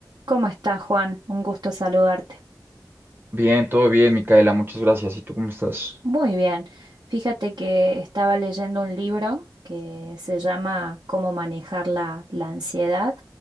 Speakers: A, on the right; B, on the right.
A: ¿Cómo estás, Juan? Un gusto saludarte.
B: Bien, todo bien, Micaela, muchas gracias. ¿Y tú cómo estás?
A: Muy bien. Fíjate que estaba leyendo un libro que se llama Cómo manejar la, la ansiedad.